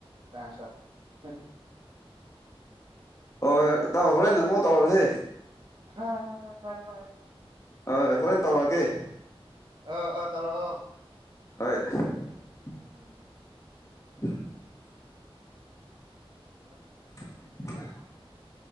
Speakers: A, on the right; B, on the left.
A: ꯐꯁ <inaudible> <unintelligible>
B: ꯍꯣꯏꯣꯏ ꯇꯧ ꯍꯣꯔꯦꯟ ꯅ ꯑꯃꯨꯛ ꯇꯧꯔꯁꯦ
A: ꯍ ꯍ ꯍ ꯍꯔꯦ ꯍꯔꯦ <unintelligible> <inaudible>
B: ꯑ ꯍꯣꯔꯦꯟ ꯇꯧꯔꯛꯑꯒꯦ
A: ꯑ ꯑꯥ ꯇꯧꯔꯛꯑꯣ <inaudible> <unintelligible>
B: ꯍꯣꯏ <unintelligible> <inaudible>
A: ꯎꯝ <inaudible>
B: <unintelligible> <inaudible>
A: ꯎꯝ <inaudible>
B: <unintelligible> <inaudible>